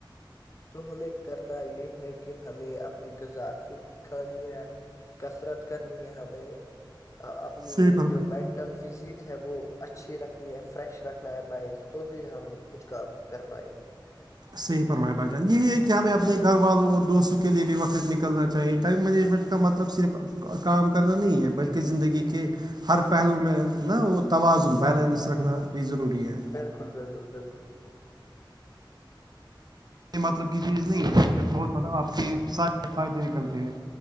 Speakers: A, on the left (about 35°); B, on the right (about 55°).
A: تو ہمیں کرنا یہ ہے کہ ہمیں اپنی غذا اچھی کانی ہے کسرت کرنی ہے ہمیں اپنی
B: صحیح فرم
A: جو مین ٹل فزیک ہے وہ اچھی رکھنی ہے فریش رکھنا ہے مائنڈ تو ہی ہم کچھ کام کر پائیں گے
B: صحیح فرمائے با جان یہی ہے کہ ہمیں اپنے گھر والوں اور دوستوں کے لیے بھی وقت نکلنا چاہیے ٹائم مینجمنٹ کا مطلب صرف کام کرنا نہیں ہے بلکہ زندگی کے ہر پہلو میں نا وہ توازن بیلنس رکھنا بھی ضروری ہے
A: بالکل بالکل بالکل
B: مطلب کی چیز نہیں ہے بہت مطلب آپ کے سار فائدے نکلتے ہیں